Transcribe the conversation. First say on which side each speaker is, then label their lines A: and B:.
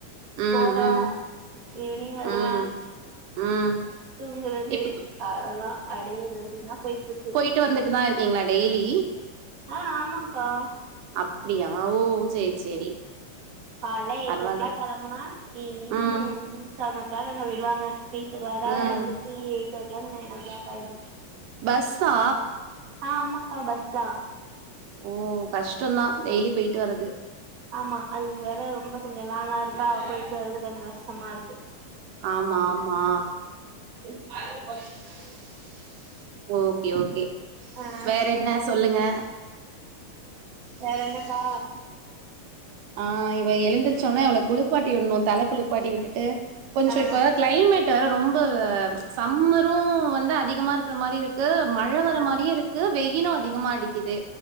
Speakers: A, on the right; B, on the right.
A: ம்
B: போற
A: ம்
B: ஈவினிங் வருவ
A: ம் ம்
B: தூங்குறது
A: இப்ப
B: அவ்ளோதா அப்டே ரொட்டினா போயிட்டு இருக்கு
A: ட்டு வந்துட்டுதா இருக்கீங்களா டெய்லி
B: ஆ ஆமாங்க்கா
A: அப்டியா ஓ சேர் சேரி
B: கால்ல எயிடே
A: பரவால்ல
B: ஓ கிளாக் கெலம்புனா ஈவி்னிங்
A: ம்
B: செவன் ஓ கிளாக் அங்க விடுவாங்க வீட்டுக்கு வர
A: ம்
B: திருப்பி eight o'clock nine o'clock ஆயிடு
A: பஸ்ஸா
B: ஆ ஆமாக்கா பஸ்தா
A: ஓ கஷ்டோந்தா டெய்லி போயிட்டு வர்றது
B: ஆமா அது வேற ரொம்ப கொஞ்சோ லாங்கா இருக்கா போயிட்டு வர்றது கொஞ்சோ கஷ்டமா இருக்கு
A: ஆமா ஆமா
B: <unintelligible>
A: ஓகே ஓகே
B: ஆ
A: வேற என்ன சொல்லுங்க
B: வேற என்னக்கா
A: ஆ இவ எழுந்தருச்சோன்னா இவல குளிப்பாட்டி விடணு தல குளிப்பாட்டி விட்டுட்டு கொஞ்சோ
B: ஆ
A: இப்ப கிளைமேட் வேற ரொம்ப சம்மரு வந்து அதிகமா இருக்கிற மாரி இருக்கு மழ வர
B: ஆ
A: மாரியு இருக்கு வெயிலு அதிகமா அடிக்கிது